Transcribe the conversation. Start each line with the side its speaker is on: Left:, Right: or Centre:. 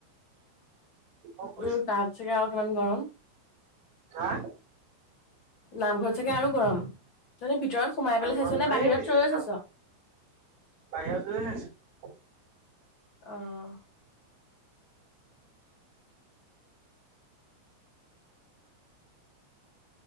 Right: মই কৈছিলোঁ।
Left: উম তাত চাগে আও কিমান গৰম।
Right: হা?
Left: নামঘৰত চাগে আৰু গৰম, <unintelligible> ভিতৰত সোমাই
Right: নামঘৰৰ
Left: পেলাই চাইছ
Right: ভিতৰত
Left: নে বাহিৰত
Right: এই
Left: থিয় হৈ
Right: খা
Left: চাইছ?
Right: বাহিৰত। <unintelligible>
Left: অহ।